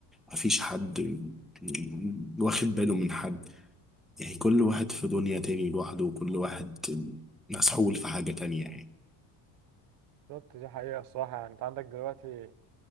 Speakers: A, in the centre; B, on the right.
A: مفيش حد م- واخد باله من حد يعني كل واحد في دنيا تاني لوحده وكل واحد مسحول في حاجة تانية يعني
B: بالظبط دي حقيقة الصراحة يعني انت عندك دلوقتي